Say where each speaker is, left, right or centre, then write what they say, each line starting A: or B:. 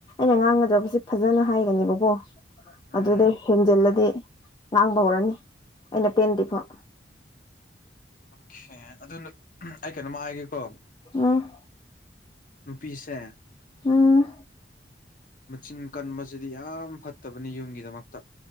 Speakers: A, on the left; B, on the left.
A: ꯑꯩꯅ ꯉꯥꯡꯒꯗꯕꯁꯤ ꯐꯖꯅ ꯍꯥꯏꯒꯅꯦꯕꯀꯣ
B: ꯎꯝ
A: ꯑꯗꯨꯗ ꯍꯦꯟꯖꯜꯂꯗꯤ ꯉꯥꯡꯕ ꯍꯧꯔꯅꯤ ꯑꯩꯅ ꯄꯦꯟꯗ꯭ꯔꯤꯐꯥꯎ
B: ꯑꯣꯀꯦ ꯑꯗꯨꯅ ꯑꯩ ꯀꯩꯅꯣꯝꯃ ꯍꯥꯏꯒꯦꯀꯣ
A: ꯎꯝ
B: ꯅꯨꯄꯤꯁꯦ
A: ꯎꯝ
B: ꯃꯆꯤꯟ ꯀꯟꯕꯁꯤꯗꯤ ꯌꯥꯝ ꯐꯠꯇꯕꯅꯤ ꯌꯨꯝꯒꯤꯗꯃꯛꯇ